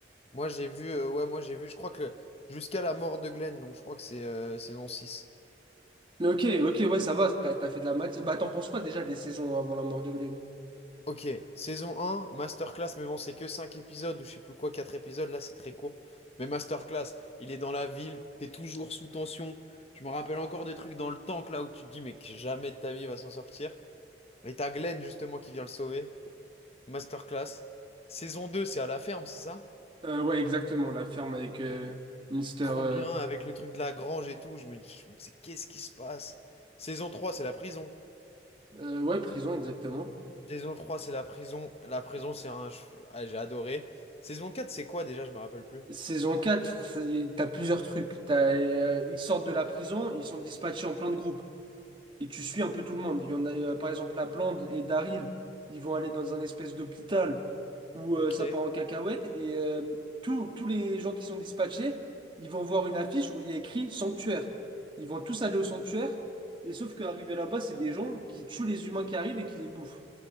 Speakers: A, on the left (about 35°); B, on the right (about 30°).
A: moi j'ai vu euh, ouais moi j'ai vu je crois que jusqu'à la mort de Glenn donc je crois que c'est euh, saison 6.
B: Mais Ok, ok, ouais, ça va, t'as, t'as fait de la matière. Bah, t'en penses quoi déjà des saisons avant la mort de Glenn?
A: Ok, saison 1, masterclass, mais bon, c'est que 5 épisodes ou je sais plus quoi, 4 épisodes, là c'est très court. Mais masterclass, il est dans la ville, t'es toujours sous tension. Je me rappelle encore des trucs dans le tank là où tu te dis, mais que jamais de ta vie il va s'en sortir. Et t'as Glenn justement qui vient le sauver. Masterclass. Saison 2 c'est à la ferme, c'est ça?
B: Euh, ouais, exactement, la ferme avec euh, Mister...
A: Trop
B: euh,
A: bien avec le truc de la grange et tout. Je me dis, je me dis, qu'est-ce qui se passe? Saison 3 c'est la prison.
B: euh, ouais, prison, exactement.
A: Saison 3 c'est la prison. La prison, c'est un. ah, j'ai adoré. Saison 4 c'est quoi déjà? Je me rappelle plus.
B: Saison quatre, c'est- t'as plusieurs trucs. T'as, euh, ils sortent de la prison, ils sont dispatchés en plein de groupes. et tu suis un peu tout le monde. Il y en a, euh, par exemple, la Blonde et Daryl, ils vont aller dans un espèce d'hôpital où
A: Ok.
B: euh, ça part en cacahuète et euh, tous tous les gens qui sont dispatchés, ils vont voir une affiche où il y a écrit sanctuaire. Ils vont tous aller au sanctuaire et sauf qu'arrivé là-bas, c'est des gens qui tuent les humains qui arrivent et qui les bouffent.